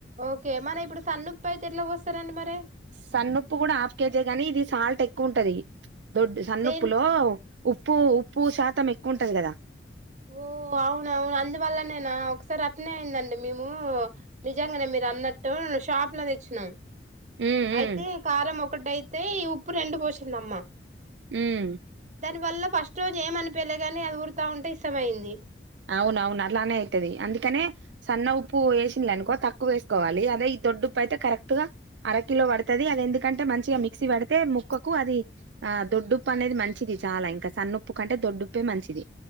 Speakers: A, on the right; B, on the right.
A: ఓకే మన ఇప్పుడు సన్న ఉప్పు అయితే ఎట్లా పోస్తారండి మరి
B: సన్నుప్పు కూడా హాఫ్ కేజీ గాని ఇది సాల్ట్ ఎక్కువ ఉంటది దొడ్డు సన్నుప్పులో
A: దేన్
B: ఉప్పు ఉప్పు శాతం ఎక్కువ ఉంటది కదా
A: ఓ అవున అవును అందువల్లనేనా ఒకసారి అట్టనే అయిందండి మేము నిజంగానే మీరు అన్నట్టు షాప్ లో తెచ్చినం
B: ఉమ్
A: అయితే
B: ఉమ్
A: కారం ఒకటియితే ఈ ఉప్పు రెండు పోసిందమ్మా
B: హ్మ్
A: దాని వల్ల ఫస్ట్ రోజు ఏమి అనిపియలే గాని అది ఊరుతా ఉంటే ఇష్టమైంది
B: అవునవును అట్లానే అవుతది అందుకనే సన్న ఉప్పు వేసిన అనుకో తక్కువ వేసుకోవాలి అదే ఈ దొడ్డు ఉప్పు అయితే కరెక్ట్ గా అరకిలో పడుతుది అది ఎందుకంటే మంచిగా మిక్సీ పడితే ముక్కకు అది ఆ దొడ్డుప్పు అనేది మంచిది చాలా ఇంకా సన్నుప్పు కంటే దొడ్డుప్పే మంచిది